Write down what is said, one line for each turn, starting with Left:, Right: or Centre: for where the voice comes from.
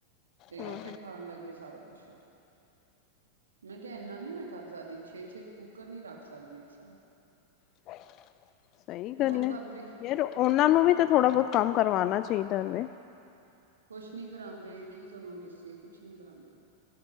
Right: ਤੇ
Left: ਹੂੰ
Right: ਆਪੇ ਖਾਣ ਲੱਗ ਗਏ ਸਾਰਾ ਕੁਛ ਫੇਰ। ਮੈਂ ਕਿਹਾ, ਇਨ੍ਹਾਂ ਨੀ ਮੈਂ ਕਰ ਸਕਦੀ, ਛੇ-ਛੇ ਕੁੱਕਰ ਨੀ ਰੱਖ ਸਕਦੀ ਇੱਕ ਸਾਥ।
Left: <unintelligible> ਸਹੀ ਗੱਲ
Right: ਹੋਰ ਭਾਬੀ
Left: ਏ, ਯਾਰ ਉਹਨਾਂ ਨੂੰ ਵੀ ਤਾਂ ਥੋੜ੍ਹਾ-ਬਹੁਤ ਕੰਮ ਕਰਵਾਉਣੇ ਚਾਹੀਦਾ ਵੇ।
Right: ਕੁਛ ਨੀ ਕਰਾਂਦੇ, ਕੀ ਤੁਹਾਨੂੰ ਦੱਸੀਏ, ਕੁਛ ਨੀ ਕਰਾਂਦੇ।